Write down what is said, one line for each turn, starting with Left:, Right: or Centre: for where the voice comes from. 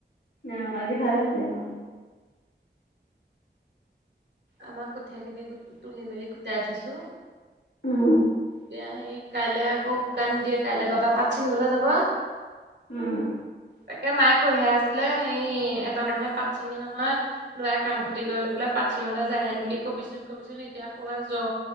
Left: অ', আজি ভাল হৈছিলে অ'
Right: আমাক কঠীয়া খিনি গোট তুলি মেলি গোটাই থৈছো।
Left: উম।
Right: এতিয়া সেই কাইলৈ আকৌ বোকা নিদিয়ে, কাইলে বাবা পাট চিঙিবলে যাব।
Left: উম,
Right: তাকে মায়ে কৈহে আছিলে হেৰী, এটা মানুহে পাত চিঙি নহয়। লৰাই কাম খতি কৰি লৈ পেলাই পাট চিঙিবলে যায়ে নেকি কবিচোন কবিচোন এতিয়া সোৱা জ